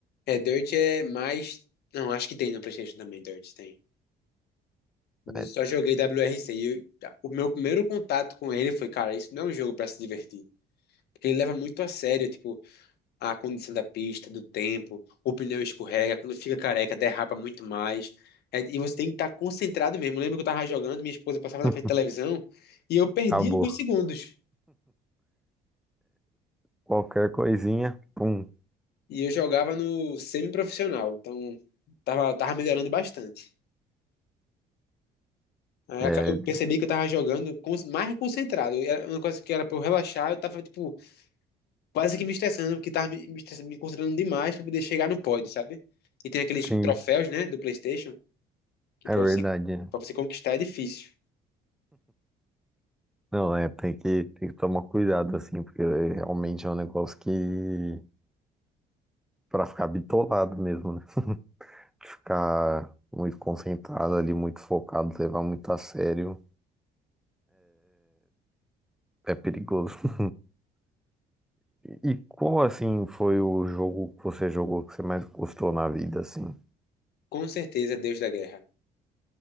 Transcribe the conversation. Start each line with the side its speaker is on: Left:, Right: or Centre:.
Left: É, Dirt é mais... Não, acho que tem na PlayStation também, Dirt tem. Mas
Centre: É,
Left: eu só joguei WRC e eu- o meu primeiro contato com ele foi, cara, isso não é um jogo para se divertir. Porque ele leva muito a sério, tipo, a condição da pista, do tempo, o pneu escorrega, quando fica careca, derrapa muito mais. É, e você tem que estar concentrado mesmo. Eu lembro que eu tava jogando, minha esposa passava na
Centre: <laughs>
Left: frente da televisão e eu perdi
Centre: acabou.
Left: alguns segundos.
Centre: Qualquer coisinha, pum.
Left: E eu jogava no semi-profissional, então tava, tava melhorando bastante. Aí
Centre: É,
Left: aca- eu percebi que eu tava jogando con- mais concentrado. Era uma coisa que era pra eu relaxar, eu tava, tipo, quase que me estressando, porque tava me, me estressando, me concentrando demais pra poder chegar no pódio, sabe? E tem aqueles
Centre: sim,
Left: troféus, né, do PlayStation. que
Centre: é
Left: para
Centre: verdade.
Left: você,
Centre: né?
Left: para você conquistar é difícil.
Centre: Não, é, tem que, tem que tomar cuidado, assim, porque realmente é um negócio que, pra ficar bitolado mesmo, né? Ficar muito concentrado ali, muito focado, levar muito a sério, é perigoso. E qual assim foi o jogo que você jogou que você mais gostou na vida assim?
Left: Com certeza, é Deus da Guerra.